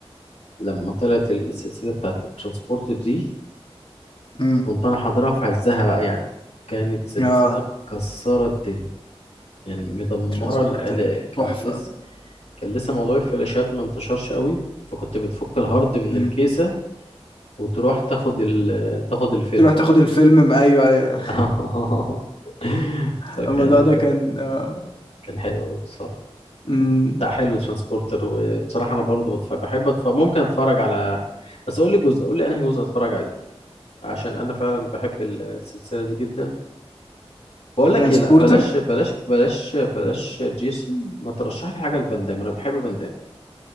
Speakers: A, on the left; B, on the left.
A: لما طلعت السلسلة بتاعت الترانسبورتر دي
B: امم
A: كنت انا حاضرها في عزها بقى يعني كانت سلسله
B: اه
A: مكسره الدنيا يعني مدمره
B: ترانسبورتر
A: الاداء كان
B: تحفة
A: لسه كان لسه موضوع الفلاشات ما انتشرش قوي فكنت بتفك الهارد من
B: امم
A: الكيسه وتروح تاخد ال... تاخد الفيلم
B: تروح تاخد الفيلم ايوه ايوه
A: <laughs>
B: <laughs>
A: فكان
B: الموضوع ده كان آه.
A: كان حلو قوي بصراحه
B: امم
A: لا حلو ترانسبورتر وبصراحه انا برضو بتف... بحب أتف... ممكن اتفرج على بس قول لي جزء قول لي انهي جزء اتفرج عليه عشان انا فعلا بحب السلسله دي جدا بقول لك
B: ترانسبورتر
A: ايه لا بلاش بلاش بلاش بلاش جيسون ما ترشح لي حاجه لفان دام انا بحب فان دام